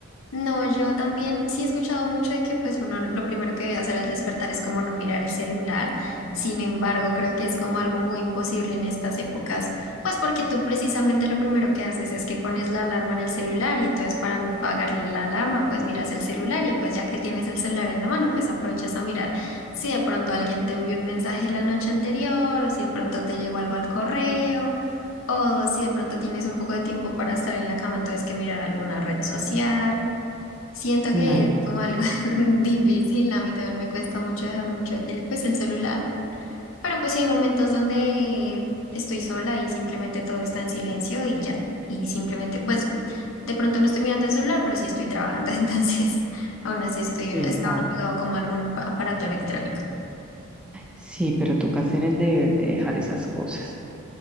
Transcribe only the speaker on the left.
No, yo también sí he escuchado mucho de que pues uno lo primero que debe hacer al despertar es como no mirar el celular. Sin embargo, creo que es como algo muy imposible en estas épocas, pues porque tú precisamente lo primero que haces es que pones la alarma en el celular y entonces para apagar la alarma pues miras el celular y pues ya que tienes el celular en la mano pues aprovechas a mirar si de pronto alguien te envió un mensaje la noche anterior o si de pronto te llegó algo al correo. O si de pronto tienes un poco de tiempo para estar en la cama, entonces que mirar alguna red social. Siento
que es como algo <laughs> difícil, a mí también me cuesta mucho dejar mucho el, pues, el celular, pero pues sí hay momentos donde estoy sola y simplemente todo está en silencio y ya, y simplemente, pues de pronto no estoy mirando el celular, pero sí estoy trabajando, <laughs> entonces aún así estoy,
está uno pegado como a algún pa- aparato electrónico.